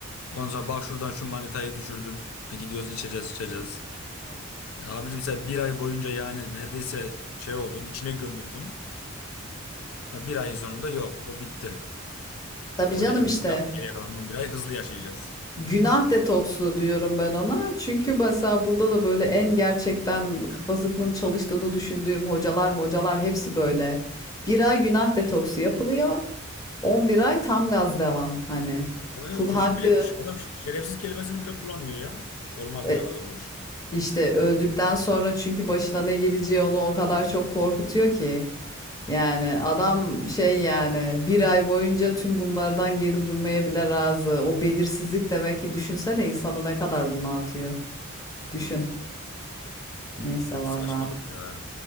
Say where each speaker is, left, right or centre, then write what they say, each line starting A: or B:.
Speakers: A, on the left; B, on the left.
A: Ondan sonra bak şuradan şu manitayı düşürdüm. E, gidiyoruz içeceğiz içeceğiz.
B: Tabii.
A: E, abicim sen bir ay boyunca yani neredeyse şey oldun içine gömüldün.
B: Hı hı.
A: E, bir ayın sonunda yok o bitti.
B: Tabii
A: O
B: canım
A: devir
B: işte.
A: bitti. Geriye kalan 11 ay hızlı yaşayacağız.
B: Günah detoksu diyorum ben ona. Çünkü mesela burada da böyle en gerçekten kafasının çalıştığını düşündüğüm hocalar hocalar hepsi böyle. Bir ay günah detoksu yapılıyor. on bir ay tam gaz devam. Hani
A: Abi
B: kul
A: küfür
B: hakkı
A: bile adam şerefsiz kelimesini bile kullanmıyor ya. Olmaz
B: e,
A: diyor ağzım oruçlu.
B: İşte öldükten sonra çünkü başına ne geleceği onu o kadar çok korkutuyor ki. Yani adam şey yani bir ay boyunca tüm bunlardan geri durmaya bile razı. O belirsizlik demek ki düşünsene insanı ne kadar bunaltıyor. Düşün.
A: Allah.
B: Neyse valla.
A: Saçmalık ya.